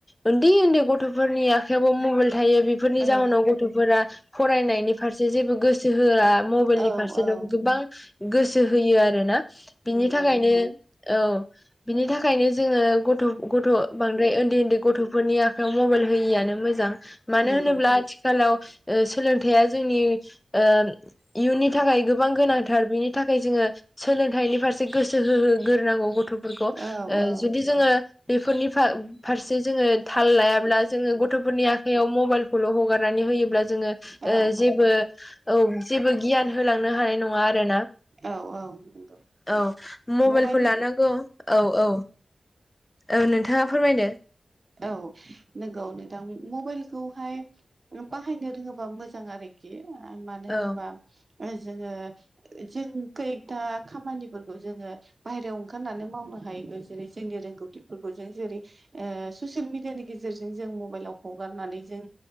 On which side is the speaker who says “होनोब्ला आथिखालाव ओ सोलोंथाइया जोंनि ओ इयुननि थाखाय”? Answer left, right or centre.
Left